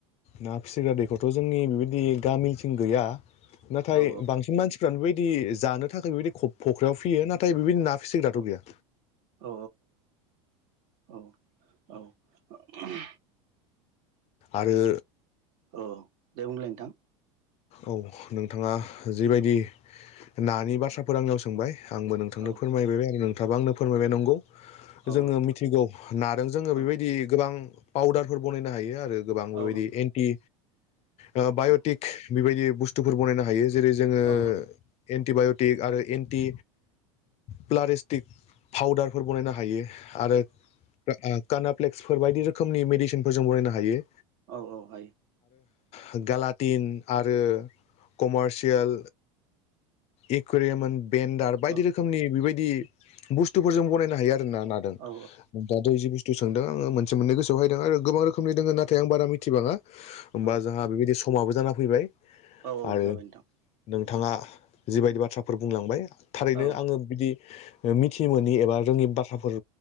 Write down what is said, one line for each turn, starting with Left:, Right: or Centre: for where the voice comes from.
Left: ना फिसिग्रा दैखरथ' जोंनि बेबायदि गामिथिं गैया। नाथाय
Right: औ
Left: बांसिन मानसिफ्रानो बेबायदि जानो थाखाय बेबायदि खफ फख्रियाव फिसियो नाथाय बेबायदि नाख फिसिं दाथ'
Right: औ
Left: गैया।
Right: औ औ औ ओ उमहो
Left: आरो
Right: औ दे बुंलाय नोंथां?
Left: औ नोंथाङा जिबायदि नानि बाथ्राफोर आंनियाव सोंबाय आंबो नोंथांनो
Right: औ
Left: फोरमायबोबाय आरो नोंथाङाबो आंनो फोरमायबाय नंगौ।
Right: औ
Left: जोङो मिथिगौ नादों जोङो
Right: औ
Left: बेबायदि गोबां पाउदारफोर बनायनो हायो आर रो गोबां बेबायदि
Right: औ
Left: एन्टि ओ बाय'टिक
Right: औ
Left: बेबायदि बुस्थुफोर बनायनो हायो ज जेरै जोङो
Right: औ
Left: एन्टिबाइ'टिक आरो एन्टि। प्लारिस्टिक फाउदारफोर बनायनो हायो‌। आरो ओ आ कानाप्लेक्सफोर बायदि रोखोमनि मेडिसिनफोर जों बनायनो हायो।
Right: औ औ हायो।
Left: होग गालाटिन आरो कमारसियेल। एकुवेरयेमोन बेन्डार बायदि
Right: औ
Left: रोखोमनि बेबायदि बुस्थुफोर जों बनायनो हायो आर रो ना नादों
Right: औ
Left: दाथ' जि बुस्थुस सोंदों आङो मोनसे मोननै गोसोआव फैदों आरो गोबां रोखोमनि दोङो नाथाय आं बारा मिथिबाङा ओमबा
Right: औ
Left: जोंहा बेबादिस स समाबो जाना फैबाय।
Right: औ औ
Left: आरो
Right: जाबाय नोंथां।
Left: नोंथाङा जिबायदि बाथ्राफोर बुंलांबाय थारैनो
Right: औ
Left: आङो बिदि ओ मिथिनोमोनि एबा रोंङि बाथ्राफोर